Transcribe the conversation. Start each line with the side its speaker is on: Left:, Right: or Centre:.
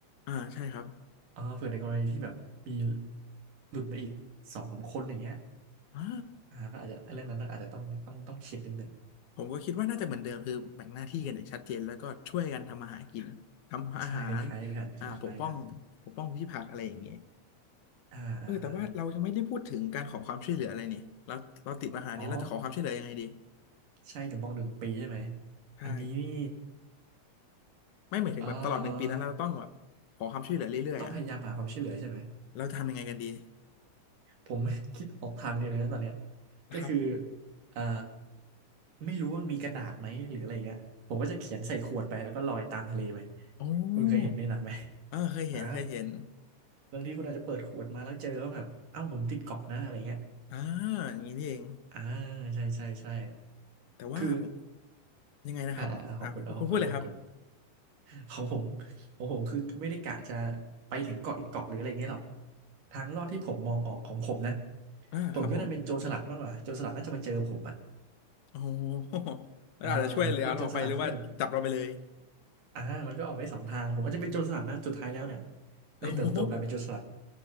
Left: อ่าใช่ครับ
Right: อ่าเผื่อในกรณีที่แบบมีหลุดมาอีกสองสามคนอย่างเงี้ย
Left: อ่า
Right: อ่าก็อาจจะเรื่องนั้นน่ะอาจจะต้องต้องต้องคิดนิดหนึ่ง
Left: ผมก็คิดว่าน่าจะเหมือนเดิมคือแบ่งหน้าที่กันอย่างชัดเจนแล้วก็ช่วยกันทำอาหารกินทำอาหาร
Right: ใช่คล้ายๆกันคล้ายๆกัน
Left: อ่าปกป้องปกป้องพืชผักอะไรอย่างเงี้ย
Right: อ่าอ่าอา
Left: เออแต่ว่าเรายังไม่ได้พูดถึงการขอความช่วยเหลืออะไรเนี่ยเราเราติดปัญหานี้เราจะขอความช่วยเหลือยังไงดี
Right: อ๋อใช่ถึงมองหนึ่งปีใช่ไหม
Left: ใช่
Right: อันนี้นี่
Left: ไม่หมายถึงแบบตลอดหนึ่งปีนั้นเราต้องแบบขอความช่วยเหลือเรื่อยๆอ่ะ
Right: เอ่อต้องพยายามหาความช่วยเหลือใช่ไหม
Left: เราจะทำยังไงกันดี
Right: ผมคิดออกทางเดียวเลยนะตอนเนี้ย
Left: นะครับ
Right: ก็คืออ่าไม่รู้ว่ามนมีกระดาษไหมหรืออะไรอย่างเงี้ยผมก็จะเขียนใส่ขวดไปแล้วก็ลอยตามทะเลไป
Left: อ
Right: คุณเคยเห็นในหนังไหม
Left: อเออเคยเห็นเคยเห็น
Right: อ่าบางทีคุณอาจจะเปิดขวดมาแล้วเจอว่าแบบเอ้าผมติดเกาะนะอะไรเงี้ย
Left: อ่าอย่างนี้นี่เอง
Right: อ่าใช่ใช่ใช่
Left: แต่ว่าผม
Right: คือ
Left: ยังไงนะครับอ่ะคุณพูดเลยครับ
Right: อ่าอ่าของคุณเอาของคุณเอาของคุณ <laughs> ของผมของผมคือไม่ได้กะจะไปถึงเกาะอีกเกาะหรืออะไรเงี้ยหรอกทางลอดที่ผมมองออกของผมนะ
Left: อ่าครับผม
Right: ผมคิดว่าน่าเป็นโจรสลัดมากกว่าโจรสลัดน่าจะมาเจอผมอะ
Left: โอ้โหแล้วอาจจะช่วยเหลือเราออกไปหรือว่าจับเราไปเลย
Right: อ่าพวกโจรสลัดที่แบบอ่ามันก็ออกไปสองทาง ผมอาจจะเป็นโจรสลัดนะสุดท้ายแล้วเนี่ย
Left: โอ้โห
Right: ได้เติบโตกลายเป็นโจรสลัด